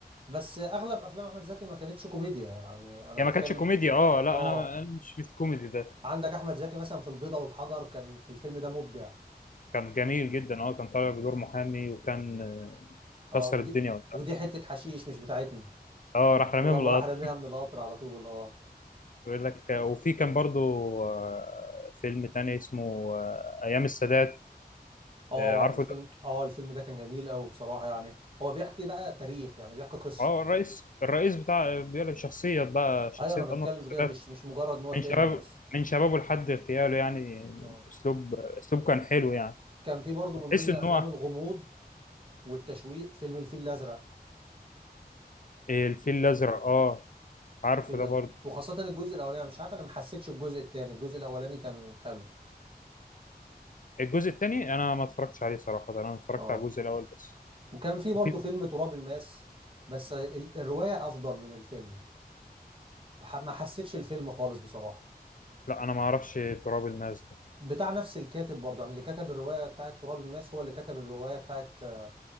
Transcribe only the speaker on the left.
هي
ما كانتش كوميديا اه لا
انا أنا مش مش كوميدي ده
كان جميل جدا اه كان طالع بدور محامي وكان آه،
كسر
الدنيا وقتها
اه راح رميهم
القطر
بيقول لك وفي كان برضو آه، فيلم تاني اسمه آه، أيام السادات
آه، عارفه
ده
اه الرئيس الرئيس بتاع بيقول لك شخصية بقى شخصية
أنور السادات
من شباب
من شبابه لحد اغتياله يعني
أسلوب أسلوب كان حلو يعني
وتحس
إن
هو
آه، الفيل الأزرق اه عارفه
ده برضو
الجزء التاني أنا ما اتفرجتش عليه صراحة ده أنا اتفرجت
على الجزء الأول بس
وفي
لا أنا ما أعرفش تراب الماس ده